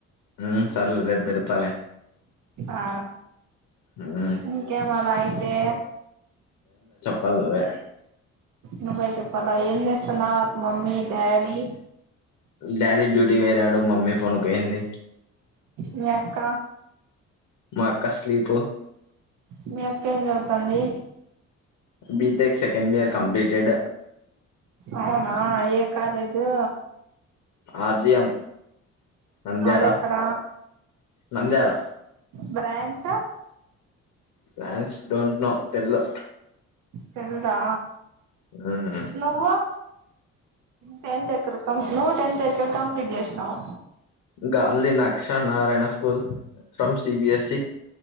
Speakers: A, on the left (about 80°); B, on the right (about 80°).
A: ఉ సర్లే రేప్ పెడతాలే
B: ఆ
A: ఉమ్
B: ఇంకేం మలైతే
A: పల్ నువ్వే
B: నువ్వే చెప్పాల ఏం చేస్తున్నార్ మమ్మీ డాడీ
A: డాడీ డ్యూటీ పోయినాడు మమ్మీ పనుకోయింది
B: మీ అక్క
A: మా అక్క స్లీప్
B: మీ అక్క ఏం చదువుతాంది
A: బిటెక్ సెకండ్ ఇయర్ కంప్లీటెడ్
B: అవునా ఏ కాలేజు
A: ఆర్జిఎం నంద్యాల
B: అదెక్కడ
A: Nandyal
B: branch
A: branch don't know తెల్వదు
B: తెల్దా
A: మ్
B: నువ్వు టెన్త్ ఎక్కడ కం నువ్వు టెన్త్ ఎక్కడ కంప్లీట్ చేసినావు
A: గలీ నక్క్ష నారాయణ స్కూల్ ఫ్రమ్ సిబిఎస్సి